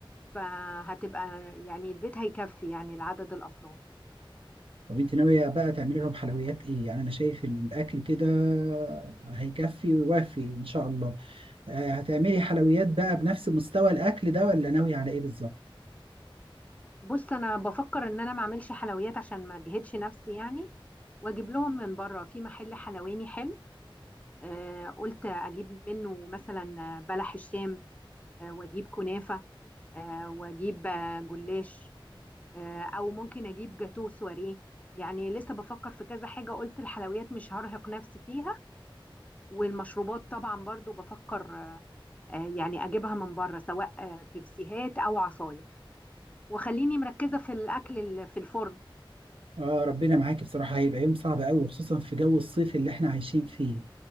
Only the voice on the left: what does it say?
فهتبقى يعني البيت هيكفي يعني لعدد الافراد
بص انا بفكر ان انا ما اعملش حلويات عشان ما اجهدش نفسي يعني واجيب لهم من بره في محل حلواني حلو آه قلت اجيب منه مثلا بلح الشام آه واجيب كنافه آه واجيب آه جلاش آه او ممكن اجيب جاتو سواريه يعني لسه بفكر في كذا حاجه قلت الحلويات مش هرهق نفسي فيها والمشروبات طبعا برضو بفكر آه يعني اجيبها من بره سواء آه بيبسيهات او عصاير وخليني مركزة في الأكل ال- في الفرن